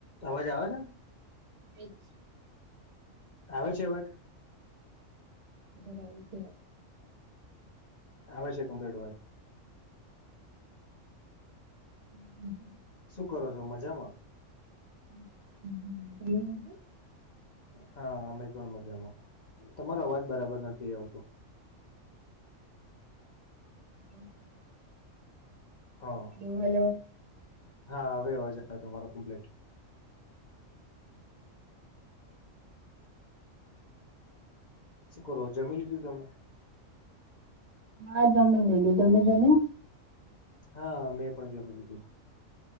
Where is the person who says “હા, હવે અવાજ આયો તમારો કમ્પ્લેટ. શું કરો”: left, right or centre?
Left